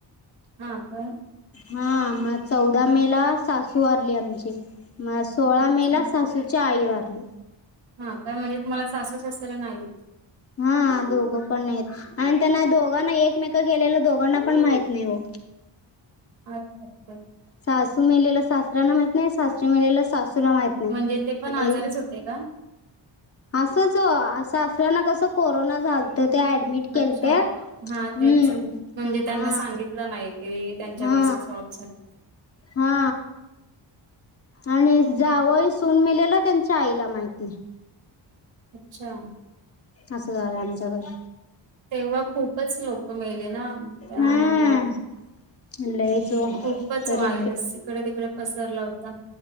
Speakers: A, on the right (about 80°); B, on the left (about 30°).
A: हा का?
B: हा मग चौदा मे ला सासू वारली आमची म.... सोळा
A: अच्छा.
B: मेला सासूच्या आई वारली...
A: हा काय म्हणजे तुम्हाला सासू सासरे नाहीत....
B: हा दोघं पण नाही... आणि त्यांना दोघांना एकमेका गेलेला दोघांना पण माहित नाही हो...
A: अर नस्.
B: सासू मेलेलं सासऱ्याला माहित नाही सासरे मेलेलं सासूला माहित नाही....
A: म्हणजे ते पण
B: आणि
A: आजारच होते का?
B: असंच असं असलं ना कसं कोरोना झालंत ते ऍडमिट..... मीट केलते
A: अच्छा
B: हम्म
A: हा तेच म्हणजे त्यांना
B: हा...
A: सांगितलं नाही की त्यांच्या
B: हा
A: मिसेस ऑफ झालेत....
B: हा आणि जावय सून मेलेला त्यांच्या आईला माहित नाही
A: अच्छा...
B: असं झालं आमच्या घरी...
A: तेव्हा खूपच लोक मेले ना.... त्या
B: हा
A: म्ह
B: लईच ओ
A: खूपच
B: तरी
A: वायरस इकडे तिकडे.... पसरला होता....